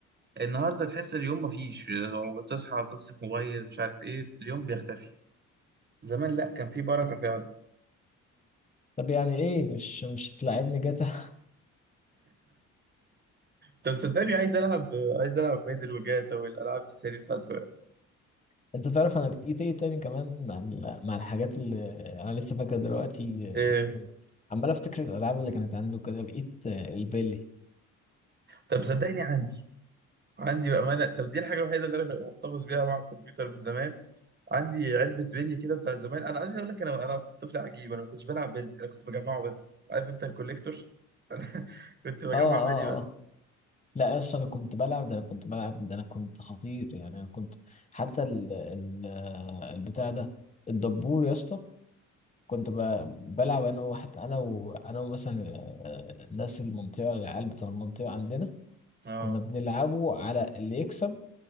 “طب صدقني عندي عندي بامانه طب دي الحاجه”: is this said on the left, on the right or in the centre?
Right